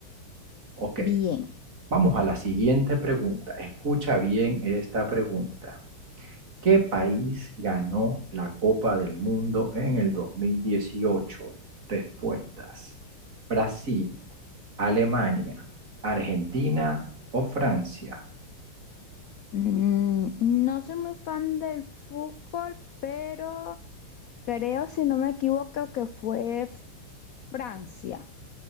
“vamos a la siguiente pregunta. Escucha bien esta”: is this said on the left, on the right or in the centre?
Right